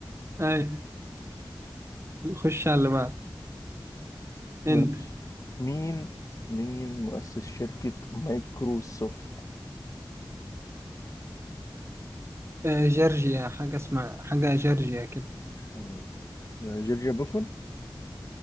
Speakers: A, on the right; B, on the left.
A: اي خش على اللي بعد
B: <laughs> ماشي
A: انت
B: مين مين مؤسس شركة مايكروسوفت
A: آه، جورجيا حاجة اسمها حاجة جورجيا كده
B: آه، جورج بوفون